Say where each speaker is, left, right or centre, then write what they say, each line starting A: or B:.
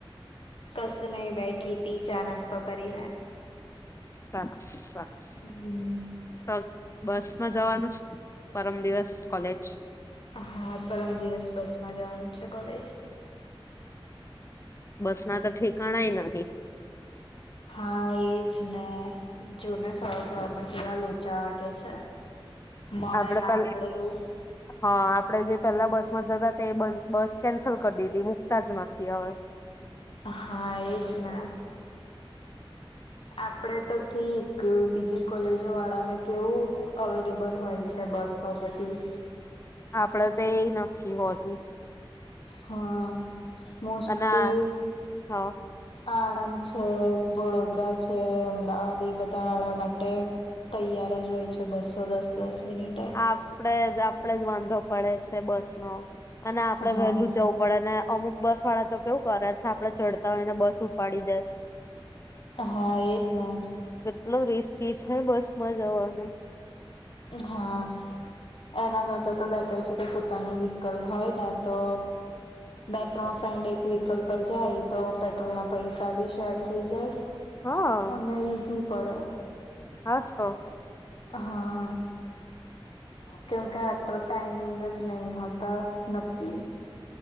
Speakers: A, on the left; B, on the left.
A: કસું નહી બેઠી તી ચા નાસ્તો કરીને.
B: સરસ સરસ
A: હમ
B: તો બસ માં જવાનું છે પરમ દિવસ કોલેજ.
A: હા પરમ દિવસ બસ માં જવાનું છે કોલેજ.
B: બસ ના તો ઠિકાણાએ નથી.
A: હા એજ ને જોને સવાર સવારમાં કેવા લો ચા વાગે છે મળે
B: આપડે
A: ના
B: પે
A: મળે એવું.
B: હા આપડે જે પેલા બસમાં જતા તે બન. બસ કેન્સલ કરી દીધી મૂકતા જ નથી હવે.
A: હા એજ ને આપડે તો ઠીક બીજી કોલેજો વાળાને કેવું અવેલેબલ હોય છે બસો બધી.
B: આપડે તો એ નથી હોતું.
A: હા. મોસ્ટલી
B: અને હા
A: આ. છે વડોદરા છે અમદાવાદ એ બધા વાળા માટે તૈયાર જ હોય છે બસો દસ દસ. મિનિટે
B: હા આપડે જ આપડે જ વાંધો. પડે છે બસ નો. અને આપડણે
A: હા
B: વહેલું જવું પડે ને અમુક. બસ વાળા તો કેવું કરે છે આપડે ચડતા હોય ને. બસ ઉપાડી દસ
A: હા એજ ને
B: કેટલો રિસ ભી છે બસ માં જવાનું.
A: હા એના કરતા તો બેટર છે કે પોતાનું વ્હીકલ હોય ને તો બે ત્રણ ફ્રેન્ડ એક વ્હીકલ પર જાય તો પેટ્રોલ ના પૈસા બી શેર થઇ જાય.
B: હા
A: અને ઈઝી. પડે.
B: હાસ તો.
A: હા કેમ કે આ તો ટાઈમિંગ જ નહી હોતા નક્કી.